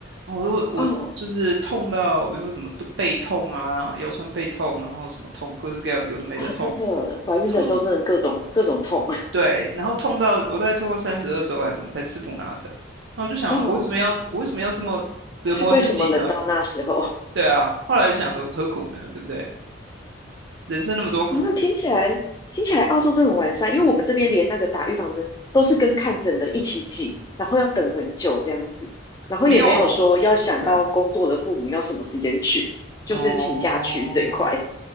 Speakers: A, on the right; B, on the left.
A: 然后我说我就是痛到比如说什么都背痛啊，
B: 哦
A: 腰酸背痛，然后什么痛，各式各样有的没的痛。
B: 啊，真的，怀孕的时候真的各种各种痛，
A: 痛对，然后痛到我大概痛到三十二周还是什么才吃普拉疼，那我就想，
B: <laughs> 哦，
A: 我为什么要我为什么要这么折磨自己呢？
B: 为什么冷到那时候？
A: 对啊，后来就想何何苦呢？对不对？人生那么多苦，
B: 啊，听起来听起来澳洲真的很完善，因为我们这边连那个打预防针都是跟看诊的一起挤，然后要等很久这样子，然后也没有说要想到工作的父母要什么时间去，
A: 没有 OK
B: 就是请假去最快，
A: 哦